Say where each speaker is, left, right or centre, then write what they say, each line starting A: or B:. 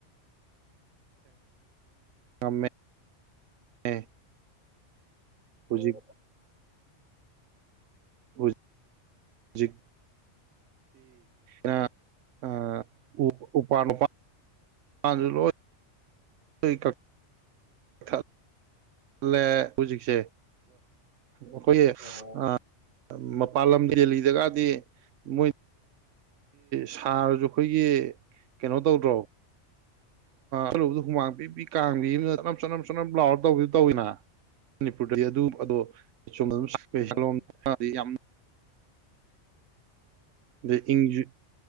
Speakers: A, on the right; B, on the right.
A: ꯀꯃꯦ <unintelligible> ꯍꯧꯖꯤꯛ
B: ꯑꯣ
A: ꯎ <unintelligible> ꯖꯤꯛ ꯅ <unintelligible> ꯑ ꯎ <unintelligible> ꯎꯄꯥꯟ ꯎꯄꯥ ꯄꯥꯟꯖꯨ ꯂꯣꯏ ꯍ ꯀꯦ <unintelligible> <unintelligible> ꯂ‌ꯦ ꯍꯧꯖꯤꯛꯁꯦ ꯑꯩꯈꯣꯏꯒꯤ
B: ꯎꯝ ꯑꯣ
A: ꯑꯥ‌ ꯃꯄꯥꯟ ꯂꯝ ꯗꯦꯜꯂꯤꯗ ꯀꯗꯤ ꯃꯣꯏ ꯁꯥꯔꯁꯨ ꯑꯩꯈꯣꯏꯒꯤ ꯀꯩꯅꯣ ꯇꯧꯗ꯭ꯔꯣ ꯑꯂꯨꯕꯗ ꯍꯨꯃꯥꯡ ꯄꯤꯕꯤ ꯀꯥꯡꯕꯤ ꯑꯃ ꯆꯅꯝ ꯆꯅꯝ ꯆꯅꯝ ꯂꯥꯎꯔ ꯇꯧꯕꯤꯗꯨ ꯇꯧꯋꯤꯅ ꯃꯅꯤꯄꯨꯔꯗꯗꯤ ꯑꯗꯨ ꯑꯗꯣ <unintelligible> ꯁꯣꯝꯗ
B: ꯎꯝ
A: ꯑꯗꯨꯝ ꯌꯥꯝ ꯑꯗꯩ ꯏꯪꯁꯨ